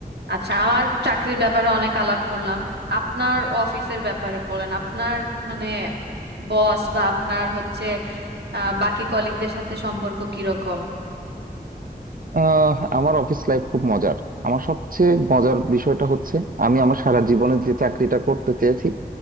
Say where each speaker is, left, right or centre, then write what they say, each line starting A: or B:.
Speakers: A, on the right; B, on the right.
A: আচ্ছা আমার চাকরির ব্যাপারে অনেক আলাপ করলাম আপনার অফিসের ব্যাপারে বলেন আপনার মানে বস বা আপনার হচ্ছে আহ, বাকি কলিগদের সাথে সম্পর্ক কিরকম
B: আহ আমার অফিস লাইফ খুব মজার আমার সবচেয়ে মজার বিষয়টা হচ্ছে আমি আমার সারা জীবনে যে চাকরিটা করতে চেয়েছি